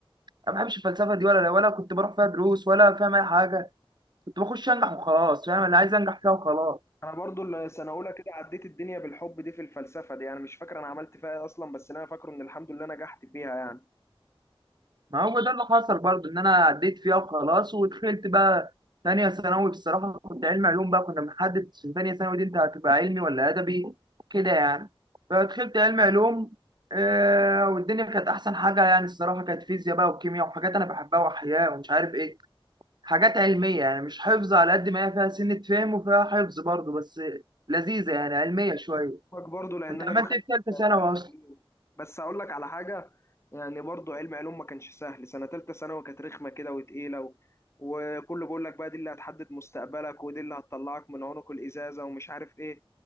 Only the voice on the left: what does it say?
انا برضو السنه اولى كده عديت الدنيا بالحب دي في الفلسفه دي يعني مش فاكر انا عملت فيها ايه اصلا بس اللي انا فاكره ان الحمد لله نجحت فيها يعني
فاكر برضو لان
انا
دخلت
علم
علوم بس اقول لك على حاجه يعني برضو علم علوم ما كانش سهل سنه ثالثه ثانوي كانت رخمه كده وتقيله و... وكله بيقول لك بقى دي اللي هتحدد مستقبلك ودي اللي هتطلعك من عنق الازازه ومش عارف ايه